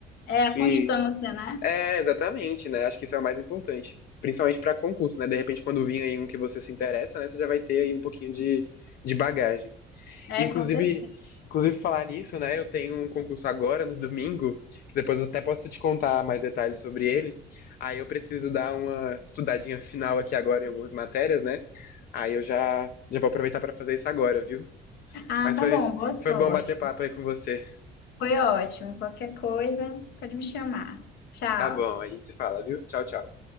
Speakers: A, on the left; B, on the left.
A: é a
B: E
A: constância, né?
B: é, exatamente, né? Acho que isso é o mais importante. Principalmente pra concurso, né? De repente, quando vir aí um que você se interessa, né? Você já vai ter aí um pouquinho de, de bagagem.
A: É,
B: Inclusive,
A: com certeza.
B: inclusive falar nisso, né? Eu tenho um concurso agora, no domingo, que depois eu até posso te contar mais detalhes sobre ele. Aí eu preciso dar uma estudadinha final aqui agora em algumas matérias, né? Aí eu já, já vou aproveitar para fazer isso agora, viu?
A: Ah,
B: Mas
A: tá
B: foi,
A: bom, boa sorte.
B: foi bom bater papo aí com você.
A: Foi ótimo. Qualquer coisa, pode me chamar. Tchau.
B: Tá bom, aí se fala, viu? Tchau, tchau.